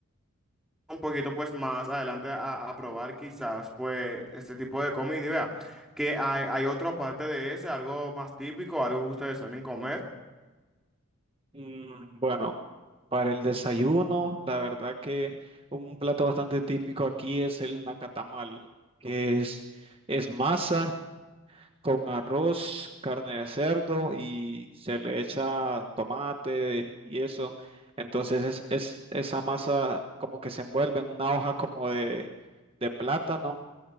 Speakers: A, in the centre; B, on the right.
A: un poquito pues más adelante a, a probar quizás pues este tipo de comida y vea que hay, hay otra parte de ese, algo más típico, algo que ustedes suelen comer.
B: Mm, bueno. Para el desayuno, la verdad que un plato bastante típico aquí es el nacatamal, que es, es masa con arroz, carne de cerdo y se le echa tomate y eso. Entonces es, es- esa masa como que se envuelve en una hoja como de, de plátano